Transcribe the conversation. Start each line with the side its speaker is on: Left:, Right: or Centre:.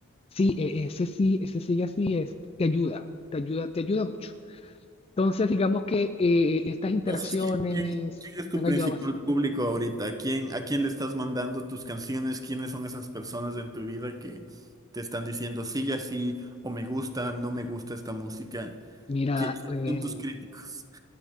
Left: sí, eh, ese sí, ese sigue así es, te ayuda, te ayuda, te ayuda mucho. Entonces, digamos que eh, estas interacciones
Right: Entonces, ¿quién, quién- quién es
Left: me
Right: tu
Left: han
Right: principal
Left: ayudado bastante.
Right: público ahorita? ¿A quién, a quién le estás mandando tus canciones? ¿Quiénes son esas personas en tu vida que te están diciendo sigue así o me gusta, no me gusta esta música?
Left: Mira,
Right: ¿Qui- ¿Quiénes
Left: eh,
Right: son tus críticos?